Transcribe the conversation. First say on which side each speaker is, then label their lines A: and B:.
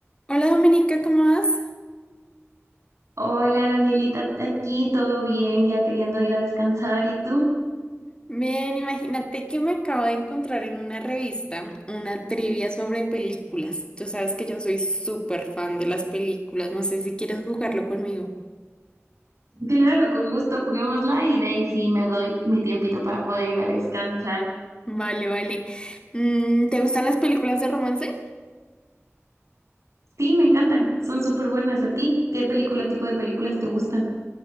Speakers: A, on the left (about 20°); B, on the right (about 85°).
A: Hola Dominica, ¿cómo vas?
B: Hola Danielita, aquí todo bien, ya queriendo ir a descansar. ¿Y tú?
A: Bien, imagínate que me acabo de encontrar en una revista una trivia sobre películas. Tú sabes que yo soy súper fan de las películas, no sé si quieres jugarlo conmigo.
B: Claro, con gusto, juguémosla y de ahí sí me doy mi tiempito para poder ir a descansar.
A: Vale, vale. Mm, ¿te gustan las películas de romance?
B: Sí, me encantan, son súper buenas a ti. ¿Qué película, tipo de películas te gustan?